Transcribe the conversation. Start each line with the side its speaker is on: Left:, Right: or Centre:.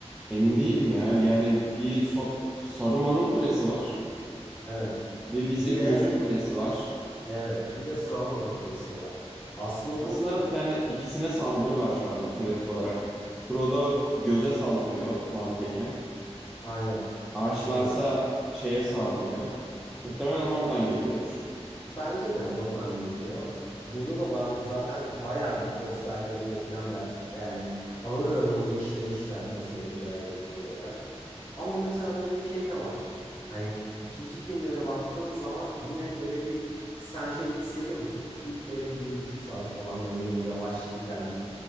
Centre: emin değilim ya. Yani bir So- Saruman'ın kulesi var.
Left: Evet.
Centre: Bir bizim
Left: Bir de
Centre: gözün kulesi var.
Left: evet, bir de Sauron'un kulesi var. Aslında
Centre: Aslında
Left: burada
Centre: bir tane ikisine saldırı var şu anda pratik olarak. Frodo k- göze saldırıyor mantıken.
Left: aynen
Centre: Ağaçlarsa
Left: yerine.
Centre: şeye saldırıyor. Muhtemelen oradan geliyordur.
Left: Bence de oradan geliyor. Burada da ba- zaten bayağı bir posterlerinde filan da yani ağır ağır onu işlemişler nasıl olacağıyla ilgili olarak. Ama mesela böyle bir şey de var. Hani ikinci filmde de baktığın zaman yine böyle bir sen şey hissediyor musun? İlk böyle bir buçuk saat falan böyle yine yavaş giden